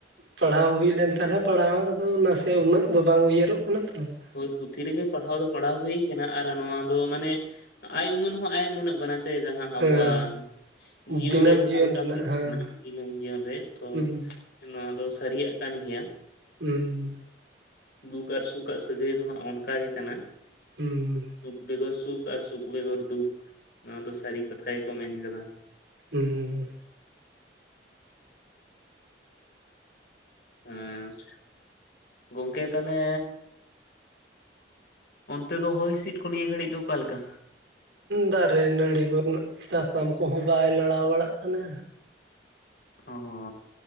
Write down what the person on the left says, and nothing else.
ᱦᱳᱭ ᱯᱛᱷᱤ ᱨᱮᱜᱮ ᱯᱟᱲᱦᱟᱣ ᱫᱚ ᱯᱟᱲᱟᱣ ᱦᱩᱭ ᱟᱨ ᱱᱚᱣᱟ ᱫᱚ ᱢᱟᱱᱮ ᱟᱭ ᱩᱢᱟᱹᱱ ᱦᱚᱸ ᱟᱭ ᱩᱢᱟᱹᱱᱟᱜ ᱠᱟᱱᱟ ᱡᱮ ᱡᱟᱦᱟᱸ
ᱟᱵᱚᱣᱟᱜ ᱡᱤᱭᱚᱱ
ᱨᱮ ᱡᱟᱦᱟᱸ
ᱞᱮᱠᱟ
ᱦᱩᱭᱩᱜ
ᱠᱟᱱᱟ ᱫᱤᱱᱟᱹᱢ ᱡᱤᱭᱚᱱ ᱨᱮ ᱛᱚ
ᱱᱚᱶᱟ ᱫᱚ ᱥᱟᱹᱨᱤᱭᱟᱜ ᱠᱟᱱ ᱜᱮᱭᱟ᱾
ᱫᱩᱠ ᱟᱨ ᱥᱩᱠᱟᱜ ᱥᱟᱹᱜᱟᱹᱭ ᱫᱚ ᱦᱟᱸᱜ ᱚᱱᱠᱟ ᱜᱮ ᱠᱟᱱᱟ᱾
ᱫᱩᱠ ᱵᱮᱜᱚᱨ ᱥᱩᱠ ᱟᱨ ᱥᱩᱠ ᱵᱮᱜᱚᱨ ᱫᱩᱠ ᱱᱚᱶᱟ ᱫᱚ ᱥᱟᱹᱨᱤ ᱠᱟᱛᱷᱟ ᱜᱮᱠᱚ ᱢᱮᱱ ᱟᱠᱟᱫᱟ᱾
ᱮᱸᱪ ᱜᱚᱝᱠᱮ ᱛᱟᱦᱚᱞᱮ ᱚᱱᱛᱮ ᱫᱚ ᱦᱚᱭ ᱦᱤᱸᱥᱤᱫ ᱠᱚ ᱱᱤᱭᱟᱹ ᱜᱷᱟᱹᱲᱤᱡ ᱫᱚ ᱚᱠᱟ ᱞᱮᱠᱟ?
ᱚᱸᱦᱚᱸ